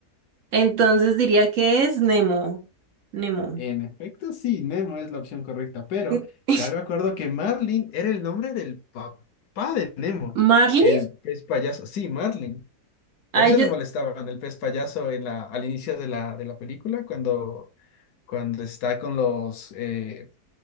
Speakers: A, on the right; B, on the left.
A: Entonces diría que es Nemo. Nemo.
B: En efecto, sí, Nemo es la opción correcta, pero
A: <laughs>
B: también me acuerdo que Marlin era el nombre del papá de Nemo,
A: ¿Marlin?
B: el pez payaso. Sí, Marlin.
A: Ay,
B: Por eso
A: yo
B: le molestaban el pez payaso en la, al inicio de la, de la película, cuando, cuando está con los eh,